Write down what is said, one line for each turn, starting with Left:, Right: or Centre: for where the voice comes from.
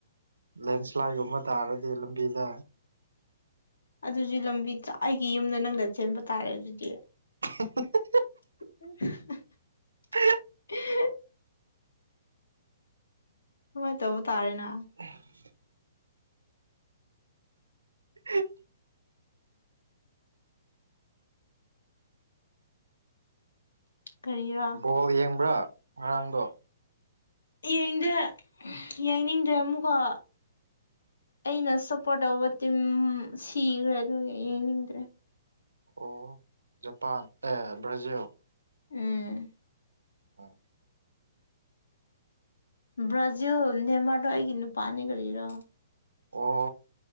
Right: ꯂꯦꯟꯁ꯭ꯂꯥꯏꯠꯒꯨꯝꯕ ꯇꯥꯔꯗꯤ ꯂꯝꯕꯤꯗ
Left: ꯑꯗꯨꯖꯤ ꯂꯝꯕꯤ ꯑꯩꯒꯤ ꯌꯨꯝꯗ ꯅꯪꯗ ꯆꯦꯟꯕ ꯇꯥꯔꯦ ꯑꯗꯨꯗꯤ
Right: <inaudible>
Left: <unintelligible>
Right: <unintelligible>
Left: <inaudible> ꯗꯨꯃꯥꯢ ꯇꯧꯕꯨ ꯇꯥꯔꯦꯅ
Right: <unintelligible> <inaudible>
Left: ꯀꯔꯤꯔꯥ
Right: ꯕꯣꯜ ꯌꯦꯡꯕ꯭ꯔꯥ ꯉꯔꯥꯡꯗꯣ
Left: ꯌꯦꯡꯗꯦ ꯌꯦꯡꯅꯤꯡꯗ꯭ꯔꯦ ꯑꯃꯨꯛꯀꯥ ꯑꯩꯅ ꯁꯞꯄꯣꯔꯠ ꯇꯧꯕ ꯇꯤꯝ ꯁꯤꯒ꯭ꯔꯦ ꯑꯗꯨꯒꯤ ꯌꯦꯡꯅꯤꯡꯗ꯭ꯔꯦ
Right: ꯑꯣ ꯖꯄꯥꯟ ꯑꯦ ꯕ꯭ꯔꯥꯖꯤꯜ
Left: ꯎꯝ
Right: <unintelligible>
Left: ꯕ꯭ꯔꯥꯖꯤꯜ ꯅꯦꯃꯥꯔꯗꯣ ꯑꯩꯒꯤ ꯅꯨꯄꯥꯅꯦ ꯀꯔꯤꯔꯣ
Right: ꯑꯣ